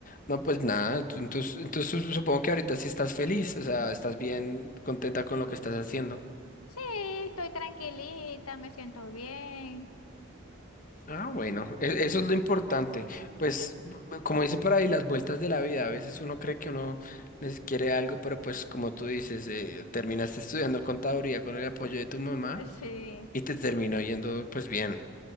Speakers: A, on the left; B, on the left.
A: No, pues nada, tú- entonces, entonces supongo que ahorita sí estás feliz, o sea, estás bien contenta con lo que estás haciendo.
B: Sí, estoy tranquilita, me siento bien.
A: Ah, bueno, e- eso
B: Sí,
A: es lo importante. Pues, b- como dicen por ahí, las vueltas de la vida. A veces uno cree que uno nes- quiere algo, pero pues como tú dices, eh, terminaste estudiando contaduría con el apoyo de tu mamá
B: sí,
A: y te terminó yendo pues bien.